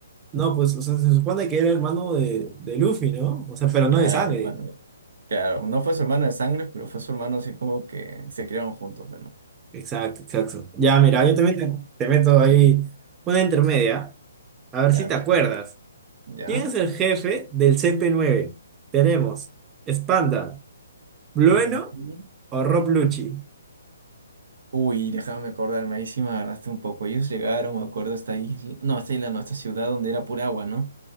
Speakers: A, on the right; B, on the right.
A: no, pues, o sea, se supone que era hermano de, de Luffy, ¿no? O sea, pero no
B: Claro,
A: de sangre.
B: hermano. Claro, no fue su hermano de sangre, pero fue su hermano así como que se criaron juntos, bueno.
A: Exacto, exacto. Ya, mira, yo también te, te meto ahí una intermedia. A ver
B: Ya
A: si te
B: te
A: acuerdas.
B: escucho. Ya.
A: ¿Quién es el jefe del C P nueve? Tenemos Spanda, Blueno
B: Ujú.
A: o Rob Lucci.
B: Uy, déjame acordarme, ahí sí me agarraste un poco. Ellos llegaron, me acuerdo, a esta isla, no, a esta isla, no, a esta ciudad donde era pura agua, ¿no?